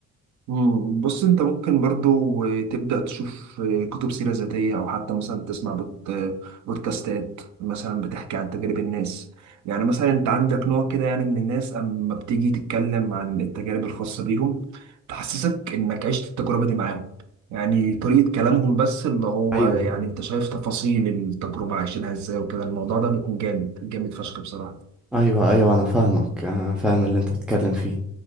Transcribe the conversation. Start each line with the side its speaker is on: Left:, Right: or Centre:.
Right: مم. بص انت ممكن برضو تبدأ تشوف كتب سيرة ذاتية او حتى مثلا تسمع بوت- بودكاستات مثلا بتحكي عن تجارب الناس يعني مثلا انت عندك نوع كده يعني من الناس اما بتيجي تتكلم عن التجارب الخاصة بيهم تحسسك انك عشت التجربة دي معاهم يعني طريقة كلامهم بس اللي هو
Centre: ايوه
Right: يعني انت شايف تفاصيل التجربة عايشينها ازاي وكده الموضوع ده بيكون جامد جامد فشخ بصراحة
Centre: ايوه ايوه انا فاهمك انا فاهم اللي انت بتتكلم فيه